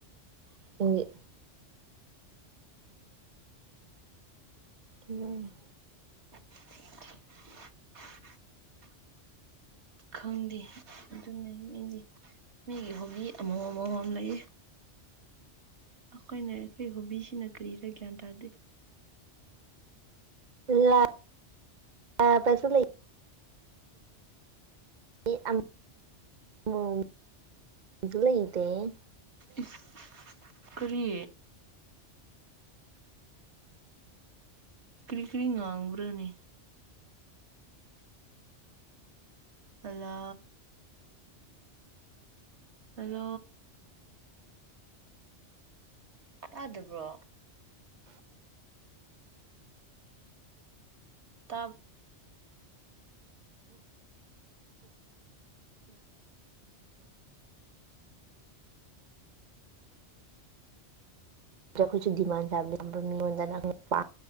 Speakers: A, on the right (about 45°); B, on the right (about 70°).
A: ꯏꯒꯤꯦ ꯎꯝ
B: <unintelligible> ꯈꯪꯗꯦ ꯑꯗꯨꯅꯦ ꯃꯤꯗꯤ ꯃꯤꯒꯤ ꯍꯤ ꯑꯃ ꯃꯝꯃꯝ ꯂꯩꯌꯦ ꯑꯩꯈꯣꯏꯅ ꯑꯩꯈꯣꯏ ꯍꯣꯕꯤꯁꯤꯅ ꯀꯔꯤꯔ ꯒ꯭ꯌꯥꯟ ꯇꯥꯗꯦ
A: ꯂ ꯑꯦ ꯄꯦꯁꯥ ꯂꯩ ꯗꯨ ꯂꯩꯗꯦ
B: ꯏꯁ ꯀꯔꯤ ꯀ꯭ꯔꯤ ꯀ꯭ꯔꯤ ꯉꯥꯡꯕ꯭ꯔꯥꯅꯦ ꯑꯂ ꯍꯜꯂꯣ ꯇꯥꯗꯕ꯭ꯔꯣ
A: <inaudible>
B: ꯇꯞ
A: ꯀꯣꯏꯁꯨ ꯗꯤꯃꯥꯟ ꯆꯥꯕ ꯃꯤꯉꯣꯟꯗ ꯅꯪꯅ ꯄꯥꯝ